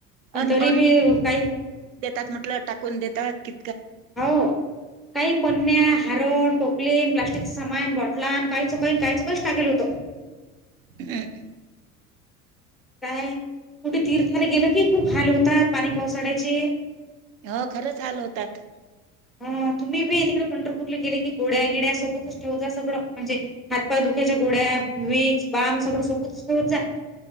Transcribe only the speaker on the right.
अन
देतात म्हटलं टाकून देतात कि
रिकामा ऑडिओ
ह खरंच हल होतात.